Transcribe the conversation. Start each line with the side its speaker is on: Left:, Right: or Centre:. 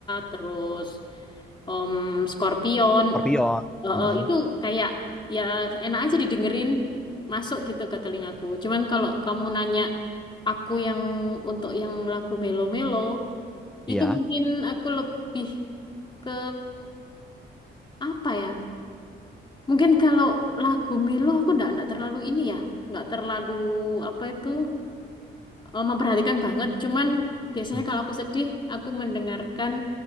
Left: terus Om Scorpion,
Centre: Scorpion.
Left: eh,
Centre: Mm-mm.
Left: eh, itu kayak ya enak aja didengerin, masuk gitu ke telingaku. Cuman kalau kamu nanya aku yang untuk yang lagu melo-melo
Centre: Iya.
Left: itu mungkin aku lebih ke apa ya? Mungkin kalau lagu melo aku ndak ndak terlalu ini ya, nggak terlalu apa itu eh, memperhatikan banget. Cuman biasanya
Centre: Hmm.
Left: kalau aku sedih, aku mendengarkan